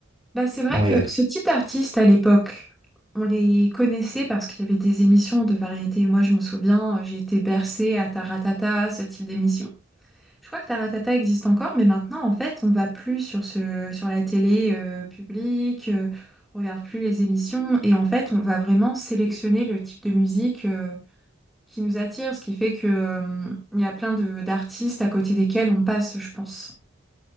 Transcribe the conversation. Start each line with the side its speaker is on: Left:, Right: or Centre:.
Centre: Bah, c'est vrai
Right: bon
Centre: que
Right: il y a tout.
Centre: ce type d'artiste à l'époque, on les connaissait parce qu'il y avait des émissions de variété. Moi, je m'en souviens, euh, j'ai été bercée à Taratata, ce type d'émission. Je crois que Taratata existe encore, mais maintenant, en fait, on va plus sur ce, sur la télé euh, publique, euh, on regarde plus les émissions, et en fait, on va vraiment sélectionner le type de musique euh, qui nous attire, ce qui fait que euh, il y a plein de d'artistes à côté desquels on passe, je pense.